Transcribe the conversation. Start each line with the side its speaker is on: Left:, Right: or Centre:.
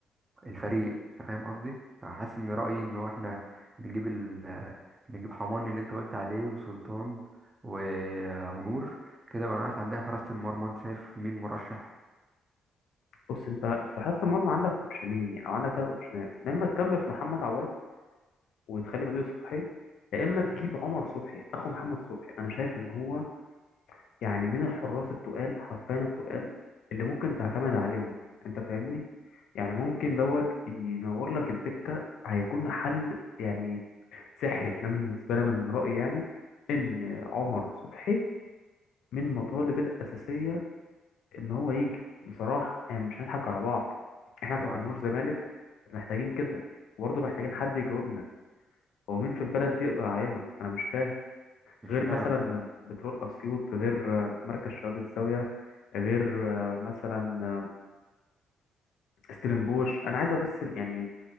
Right: الفريق انت فاهم قصدي فحاسس ان رأيي ان هو احنا بنجيب ال بنجيب حماني اللي انت قلت عليه وسلطان و... ونور كده بقى ناقص عندنا حراسة المرمى انت شايف مين مرشح
Left: بص انت في حراسة المرمى عندك اوبشنين يعني او عندك ثلاث اوبشنات يا اما تكمل في محمد عواد وتخلي بديله صبحي يا اما تجيب عمر صبحي اخو محمد صبحي انا شايف ان هو يعني من الحراس التقال حرفيا التقال اللي ممكن تعتمد عليهم انت فاهمني يعني ممكن دوت ينور لك الدكة هيكون حل يعني سحري ده بالنسبة لي انا من رأيي يعني ان عمر صبحي من المطالب الأساسية ان هو يجي بصراحه يعني مش هنضحك على بعض احنا كجمهور
Right: هو
Left: زمالك محتاجين كده وبرضه محتاجين حد يجاوبنا هو مين في البلد دي يقدر علينا انا مش فاهم
Right: مش
Left: غير مثلا
Right: فاهم
Left: بترول اسيوط غير آه، مركز شباب الزاويه غير آه، مثلا آه، ستيلنبوش انا عايزه بس يعني